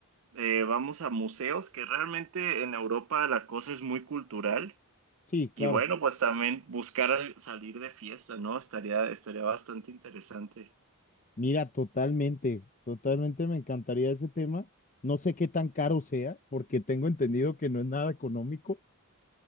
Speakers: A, on the right; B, on the left.
A: eh, vamos a museos, que realmente en Europa la cosa es muy cultural.
B: Sí, claro.
A: Y bueno, pues también buscar al- salir de fiesta, ¿no? Estaría, estaría bastante interesante.
B: Mira, totalmente, totalmente me encantaría ese tema. No sé qué tan caro sea, porque tengo entendido que no es nada económico,